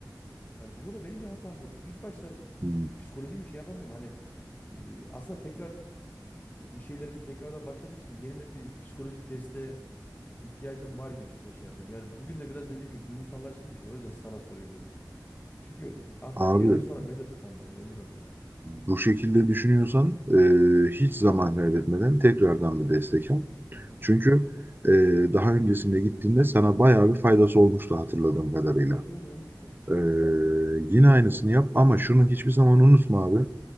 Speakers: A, on the left; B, on the right.
A: Yani burada da benim bir hatam yok. İlk başta
B: Hı.
A: e, psikolojimi şey yapamıyorum. Hani e, aslında tekrar bu şeylerim tekrardan başladığı için yeniden bir psikolojik desteğe ihtiyacım var gibisine şey yapıyorum. Yani bugün de biraz dediğim gibi duygusallaştığım için o yüzden sana sorayım dedim. Çünkü artık
B: Abi
A: bir yerden sonra ben de tıkanıyorum emin ol ya.
B: Bu şekilde düşünüyorsan e, hiç zaman kaybetmeden tekrardan bir destek al.
A: Hı hı.
B: Çünkü e, daha öncesinde gittiğinde sana bayağı bir faydası olmuştu hatırladığım kadarıyla.
A: Evet evet olmuştu.
B: E, yine aynısını yap ama şunu hiçbir zaman unutma abi